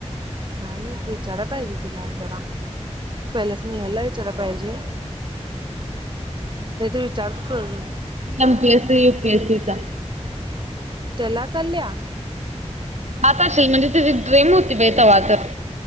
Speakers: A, on the right; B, on the right.
A: काय माहित विचाराय पाहिजे तिला जरा. पहिला स्नेहलला विचाराय पाहिजे. नाही तर विचारतो प्रोज
B: M P S C, U P S C चा.
A: त्याला चालल्या?
B: जात अशील म्हणजे तिची ड्रीम होती बाई तवा तर.